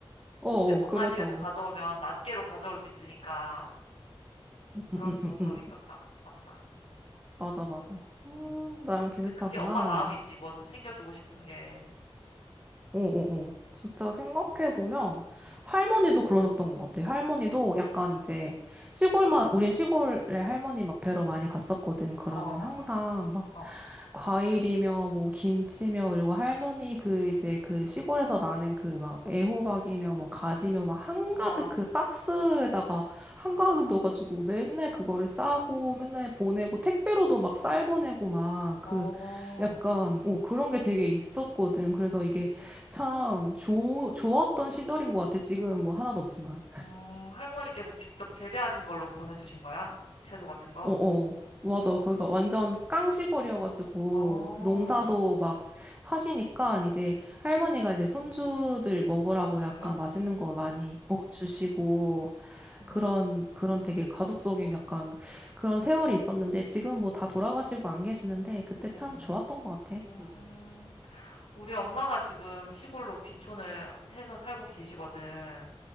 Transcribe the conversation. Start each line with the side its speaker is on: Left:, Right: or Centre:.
Right: 어,
Left: 근데
Right: 어,
Left: 엄마
Right: 그래서
Left: 집에서 가져오면 낱개로 가져올 수 있으니까
Right: 음,
Left: 그런
Right: 음,
Left: 좋은
Right: 음,
Left: 점이
Right: 음.
Left: 있었다. 맞다.
Right: 맞아, 맞아. 음,
Left: 응.
Right: 나랑 비슷하구만.
Left: 근데 그게 엄마 마음이지. 뭐든 챙겨주고 싶은 게.
Right: 어어어. 진짜 생각해보면
Left: 응.
Right: 할머니도 그러셨던 것 같아. 할머니도 약간 이제 시골만, 우린 시골에 할머니 막 뵈러 많이 갔었거든. 그러면
Left: 어,
Right: 항상 막
Left: 어,
Right: 과일이며 뭐 김치며 그리고 할머니 그 이제 그 시골에서 나는 그 막 애호박이며 뭐 가지며 막 한가득
Left: 우와,
Right: 그 박스에다가 한가득 넣어가지고 맨날 그거를 싸고 맨날 보내고 택배로도 막 쌀 보내고 막
Left: 어,
Right: 그 약간 어 그런 게 되게 있었거든. 그래서 이게 참 좋, 좋았던 시절인 것 같아. 지금 뭐 하나도 없지만.
Left: 음, 할머니께서 직접 재배하신 걸로 보내주신 거야? 채소 같은 거?
Right: 어어. 맞아. 거기가 완전 깡시골이어가지고
Left: 어,
Right: 농사도 막 하시니까 이제 할머니가 이제 손주들 먹으라고 약간
Left: 그렇지.
Right: 맛있는 거 많이 어, 주시고
Left: 음,
Right: 그런 그런 되게 가족적인 약간 그런 세월이 있었는데 지금 뭐 다 돌아가시고 안 계시는데 그때
Left: 음.
Right: 참 좋았던 것 같아. 음.
Left: 음, 우리 엄마가 지금 시골로 귀촌을 해서 살고 계시거든.